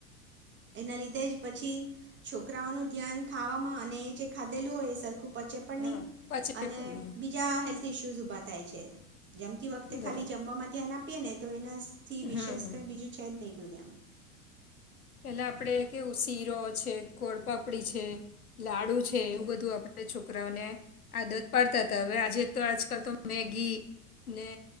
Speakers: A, on the right (about 25°); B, on the left (about 80°).
A: એના લીધે જ પછી, છોકરાઓનું ધ્યાન ખાવામાં અને જે ખાધેલું હોય એ સર પચે પણ
B: હા
A: નહી,
B: પછી
A: અને
B: પણ નહીં
A: બીજા હે ઈસુશૂઝ ઉભા થાયે છે. જમતી વખતે
B: બરાબર
A: ખાલી જમવા ધ્યાન આપ પીએ ને તો એના સ તેથી વિશેષકર
B: હા.
A: બીજું છે જ નહીં દુનિયામાં.
B: લા આપેડે કેવું શીરો છે, ગોડપાપડી છે, લાડુ છે એવું બધું આપણે છોકરાઓને આદત પાડતા હતા હવે આજે તો આજકાલ તો મેગી ને